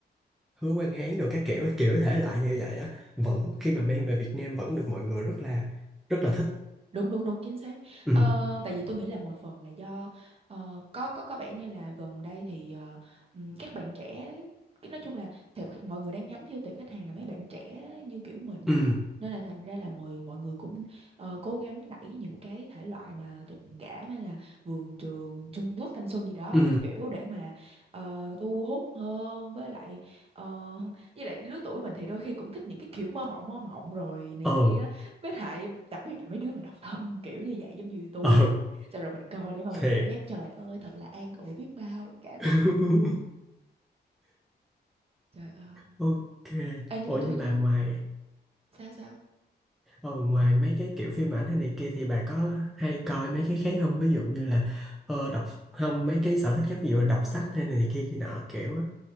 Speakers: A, in the centre; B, on the right.
A: Hứa Quang Hán rồi các kiểu kiểu thể loại như vậy á vẫn khi mà mang về Việt Nam vẫn được mọi người rất là rất là thích.
B: đúng đúng đúng chính xác
A: Ừ,
B: ờ, tại vì tôi nghĩ là một phần là do ờ, có có có vẻ như là gần đây thì ờ, ừm, các bạn trẻ cái nói chung là tệp khách- mọi người đang nhắm vô tệp khách hàng là mấy bạn trẻ như kiểu mình
A: ừ,
B: nên là thành ra là mọi mọi người cũng ờ, cố gắng đẩy những cái thể loại mà tình cảm hay là vườn trường Trung Quốc thanh xuân gì đó
A: ừ.
B: các kiểu để mà ờ, thu hút hơn với lại ờ, với lại lứa tuổi mình thì đôi khi cũng thích những cái kiểu mơ mộng mơ mộng rồi này
A: ờ
B: kia với lại đặc biệt là mấy đứa mà độc thân kiểu như vậy giống như tôi
A: ờ
B: nè xong rồi mình coi để mà mình
A: thiệt
B: cảm giác trời ơi thật là an ủi biết bao cảm
A: <laughs>
B: giác như vậy trời ơi
A: ok
B: Ê, nhưng
A: ủa
B: mà tôi
A: nhưng
B: tôi
A: mà ngoài
B: sao sao
A: ờ, ngoài mấy cái kiểu phim ảnh hay này kia thì bà có hay coi mấy cái khác không ví dụ như là ờ, đọc không mấy cái sở thích khác ví dụ là đọc sách hay này kia kia nọ kiểu á